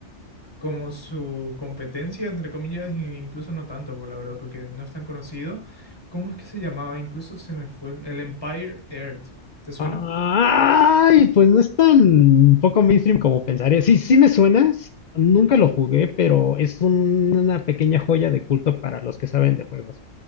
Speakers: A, on the left; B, on the left.
A: como su competencia, entre comillas, e incluso no tanto, por la verdad, porque no es tan conocido. ¿Cómo es que se llamaba? Incluso se me fue el el Empire Earth. ¿Te suena?
B: Ay, pues no es tan poco mainstream como pensaría. Sí, sí me suena. s- Nunca lo jugué, pero es un- una pequeña joya de culto para los que saben de juegos.